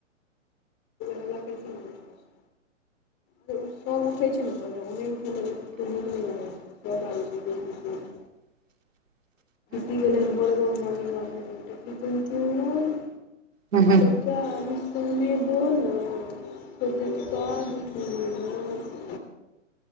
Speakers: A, on the left (about 25°); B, on the right (about 80°).
A: हल्ला केलखिन नै उठ रहल छै। त उ सब उठै छै न घरमे उ नै उठल रहै छै तऽ नीक नै लागल। सब <inaudible>
B: <inaudible>
A: की भेलै ह भोरे भोर मोर्निंग वाक मे गेल छथिन <inaudible>
B: हू हूँ।
A: बच्चा अभी सोने दोना थोडी़ देरके बाद उठुगी न।